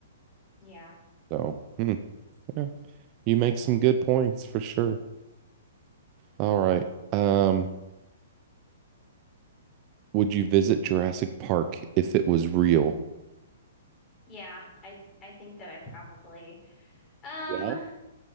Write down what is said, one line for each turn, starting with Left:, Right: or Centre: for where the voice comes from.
Left: Yeah.
Right: So, hmm, yeah, you make some good points for sure. All right. Um, would you visit Jurassic Park if it was real?
Left: Yeah, I I think that I probably um
Right: Yeah.